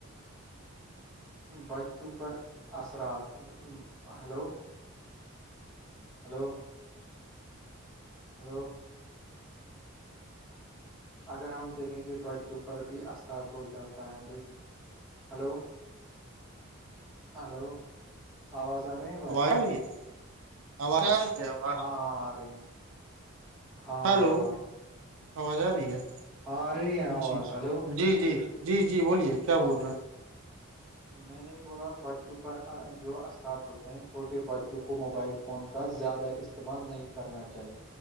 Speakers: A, in the centre; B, on the right.
A: بچوں پر اثرات ہلو ہلو ہلو اگر ہم دیکھیں گے بچوں پر بھی اثرات ہو جاتا ہے بیٹے ہلو ہلو آواز آ رہی ہے بھائی
B: کیا رہی ہے ا آواز
A: ہاں ہاں آ رہی ہے ہاں
B: ہلو
A: ہاں ہاں
B: آواز آ رہی ہے
A: ہاں ارے ہیں
B: جی
A: آواز ہلو
B: جی جی جی جی بولیے کیا بول
A: ہاں
B: <inaudible>
A: میں نے بولا بچوں پر جو اثرات ہوتے ہیں چھوٹے بچوں کو موبائل فون کا زیادہ استعمال نہیں کرنا چاہیے